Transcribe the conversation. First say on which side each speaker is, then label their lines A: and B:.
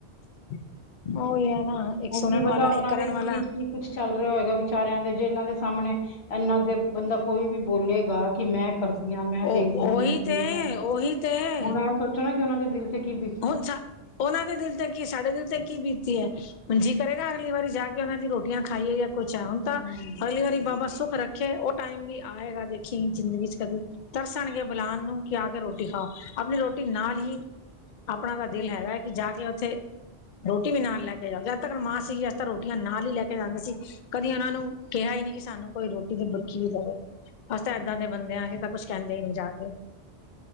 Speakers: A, on the left; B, on the left.
A: ਉਹ ਹੀ ਹੈ ਨਾ, ਇੱਕ
B: ਹੁਣ
A: ਸੋਨਣ
B: ਕੀ ਪਤਾ
A: ਵਾਲਾ,
B: ਉਹਨਾਂ
A: ਇੱਕ ਕਰਣ
B: ਦੇ
A: ਵਾਲਾ।
B: ਦਿਲ ਚ ਕੀ ਕੁਛ ਚੱਲ ਰਿਹਾ ਹੋਏਗਾ ਵਿਚਾਰਿਆਂ ਦੇ, ਜੇ ਇਹਨਾਂ ਦੇ ਸਾਹਮਣੇ, ਇਨਾ ਕੇ ਬੰਦਾ ਕੋਈ ਵੀ ਬੋਲੇਗਾ। ਕਿ ਮੈਂ ਕਰਦੀ ਆ, ਮੈਂ
A: ਉਹ
B: ਦੇ ਰਹੀ
A: ਉਹੀ
B: ਆ, ਮੈਂ ਦੇ
A: ਤੇ
B: ਕੇ ਆਈ
A: ਉਹੀ
B: ਆ,
A: ਤੇ
B: ਹੁਣ ਇਹ ਸੋਚੋ ਨਾ ਕਿ ਉਹਨਾਂ ਦੇ ਦਿਲ ਤੇ ਕੀ ਬੀ
A: ਹੁਣ ਛ, ਉਹਨਾਂ ਦੇ ਦਿਲ ਤੇ ਕੀ ਸਾਡੇ ਦਿਲ ਤੇ ਕੀ ਬੀਤੀ ਐ, ਹੁਣ ਜੀ ਕਰੇਗਾ, ਅਗਲੀ ਵਾਰੀ ਜਾ ਕੇ ਉਹਨਾਂ ਦੀ ਰੋਟੀਆਂ ਖਾਈਏ ਯਾ ਕੁਛ ਆ, ਹੁਣ ਤਾਂ
B: ਹਮ
A: ਅਗਲੀ ਵਾਰੀ ਬਾਬਾ ਸੁੱਖ ਰੱਖੇ ਉਹ ਟਾਈਮ ਵੀ ਆਏਗਾ ਦੇਖੀਂ, ਜ਼ਿੰਦਗੀ 'ਚ ਕਦੀ। ਤਰਸਣਗੇ ਬਲਾਨ ਨੂੰ ਕਿ ਆ ਕੇ ਰੋਟੀ ਖਾਓ, ਆਪਣੀ ਰੋਟੀ ਨਾਲ ਹੀ ਆਪਣਾ ਤਾ ਦਿਲ ਹੈਗਾ ਏ ਕਿ, ਜਾ ਕੇ ਉੱਥੇ ਰੋਟੀ ਵੀ ਨਾਲ ਲੈ ਕੇ ਜਾਓ, ਜਦ ਤੱਕ ਮਾਂ ਸੀਗੀ ਅਸੀਂ ਤਾਂ ਰੋਟੀਆਂ ਨਾਲ ਈ ਲੈ ਕੇ ਜਾਂਦੇ ਸੀ। ਕਦੀ ਉਹਨਾਂ ਨੂੰ ਕਿਹਾ ਈ ਨੀ ਕਿ, ਸਾਨੂੰ ਕੋਈ ਰੋਟੀ ਦੀ ਬੁਰਖੀ ਵੀ ਦਵੇ। ਅਸ ਤਾਂ ਏਦਾਂ ਦੇ ਬੰਦੇ ਆ, ਅਹੀ ਤਾਂ ਕੁਛ ਕਹਿੰਦੇ ਈ ਨੀ ਜਾ ਕੇ।